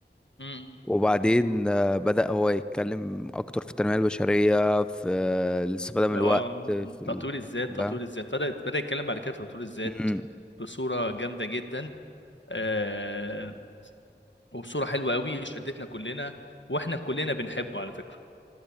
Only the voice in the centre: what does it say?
وبعدين آه، بدأ هو يتكلم اكتر في التنمية البشرية في آه، الاستفادة من
الوقت في الحاجات
دي كلها
مم.